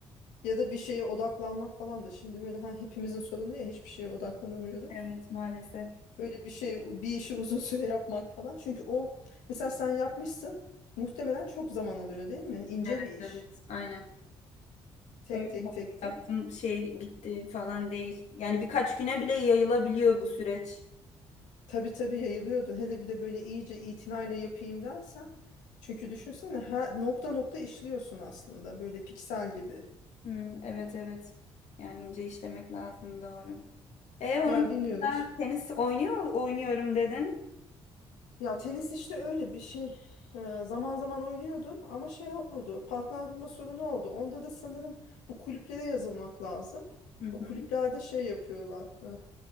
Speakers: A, on the left; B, on the left.
A: ya da bir şeye odaklanmak falan da şimdi böyle ha, hepimizin sorunu ya hiçbir şeye odaklanamıyoruz.
B: Evet maalesef.
A: Böyle bir şey bir işi uzun <laughs> süre yapmak falan. Çünkü o mesela sen yapmışsın muhtemelen çok zaman alıyor değil mi? İnce
B: Evet,
A: bir iş.
B: evet, aynen.
A: Tek
B: Öyle
A: tek tek tek.
B: yaptım, şey bitti falan değil. Yani birkaç güne bile yayılabiliyor bu süreç.
A: Tabii tabii yayılıyordu. Hele bir de böyle iyice itinayla yapayım dersen. Çünkü düşünsene her nokta nokta işliyorsun aslında böyle piksel gibi.
B: Hmm, evet, evet. Yani ince işlemek lazım, doğru. E onun
A: Ya bilmiyorum
B: dışında
A: işte.
B: tenis oynuyor, oynuyorum dedin.
A: Ya tenis işte öyle bir şey. Ee, zaman zaman oynuyordum ama şey oldu. Partner bulma sorunu oldu. Onda da sanırım bu kulüplere yazılmak lazım.
B: Hı hı,
A: O kulüplerde şey yapıyorlar. ee,